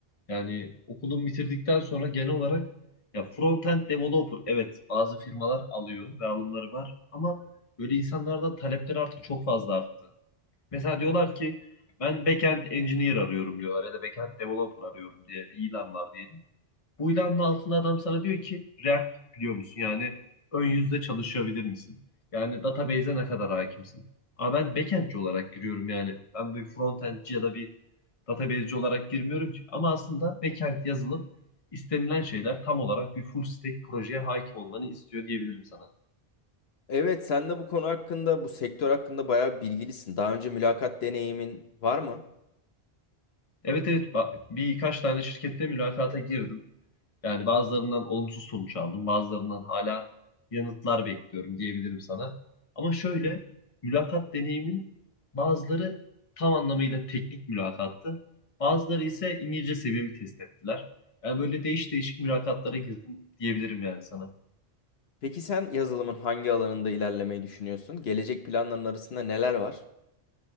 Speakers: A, on the left (about 35°); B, on the left (about 70°).
A: yani okulun bitirdikten sonra genel olarak ya front-end developer evet bazı firmalar alıyor ve alımları var ama böyle insanlardan talepler artık çok fazla arttı. Mesela diyorlar ki ben back-end engineer arıyorum diyorlar ya da back-end developer arıyorum diye bir ilan var diyelim. Bu ilanın altında adam sana diyor ki React biliyor musun? Yani ön yüzde çalışabilir misin? Yani database'e ne kadar hakimsin? Ama ben backend'ci olarak giriyorum yani. Ben bir frontend'ci ya da bir database'ci olarak girmiyorum ki. Ama aslında backend yazılım istenilen şeyler tam olarak bir full stack projeye hakim olmanı istiyor diyebilirim sana.
B: Evet, sen de bu konu hakkında, bu sektör hakkında bayağı bilgilisin. Daha önce mülakat deneyimin var mı?
A: Evet evet ba- birkaç tane şirkette mülakata girdim. Yani bazılarından olumsuz sonuç aldım. Bazılarından hala yanıtlar bekliyorum diyebilirim sana. Ama şöyle mülakat deneyimin bazıları tam anlamıyla teknik mülakattı. Bazıları ise İngilizce seviyemi test ettiler. Yani böyle değiş değişik mülakatlara girdim diyebilirim yani sana.
B: Peki sen yazılımın hangi alanında ilerlemeyi düşünüyorsun? Gelecek planların arasında neler var?